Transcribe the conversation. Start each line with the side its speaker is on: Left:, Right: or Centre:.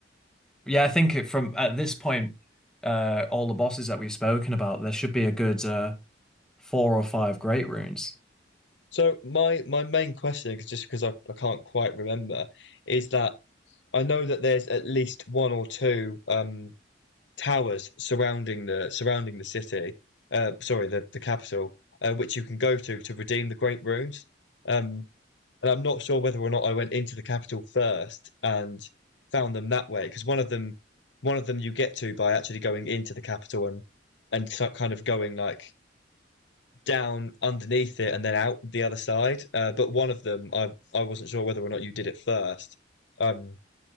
Centre: yeah, I think it- from at this point, uh all the bosses that we've spoken about, there should be a good uh four or five great runes.
Left: So my my main question question, 'cause- just because I, I can't quite remember, is that I know that there's at least one or two. Um, towers surrounding the surrounding the city, uh, sorry, the the capital, uh, which you can go to to redeem the Great Runes. Um, and I'm not sure whether or not I went into the capital first and found them that way, because one of them, one of them you get to by actually going into the capital and and so- kind of going like down underneath it and then out the other side. Uh, but one of them, I I wasn't sure whether or not you did it first. Um,